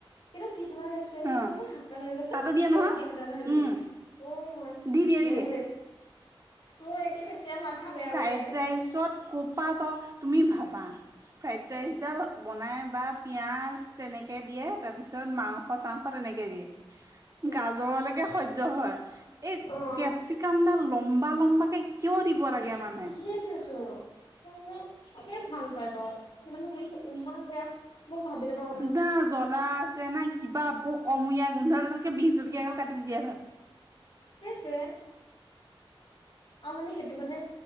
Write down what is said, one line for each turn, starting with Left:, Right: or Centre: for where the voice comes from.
Left: কিন্তু কিছুমান ৰেষ্টু ৰেন্ট
Right: অ',
Left: চাবাচোন হাক্কা নডেলছ্
Right: তাতো
Left: ত
Right: দিয়ে
Left: কেপচিকাম
Right: নহয়,
Left: এটা ঢালি
Right: উম,
Left: দিয়ে ঔ মই
Right: দি
Left: তেতিয়া
Right: দিয়ে দি দিয়ে।
Left: মোৰ মোৰ একে তেতিয়া মাথা বেয়া হৈ
Right: ফ্ৰাইড
Left: যায়।
Right: ৰাইচত ক'পা বা তুমি ভাবা ফ্ৰাইড ৰাইচডাল
Left: উম,
Right: বনাই বা পিয়াজ তেনেকে দিয়ে তাৰ পিছত মাংস চাং তেনেকে দিয়ে
Left: উম,
Right: গাজৰলেকে সহ্য হয় এই
Left: অ',
Right: কেপচি কান্দা লম্বা লম্বা কে কিয় দিব লাগে মান
Left: সেইটোৱে ত সেই মানে কোনে ভাল পাই বাও সেইটো মে ইমান বেয়া মোৰ ভাবিলে বাও
Right: দা জ্বলা আছে না কিবা ভ-কমৰীয়া গোন্ধ এডা তাতকে বিহ জলকীয়া গাল কাটি দি দিয়াই ভাল
Left: সেইটোৱে আৰু মানে সেইটো মানে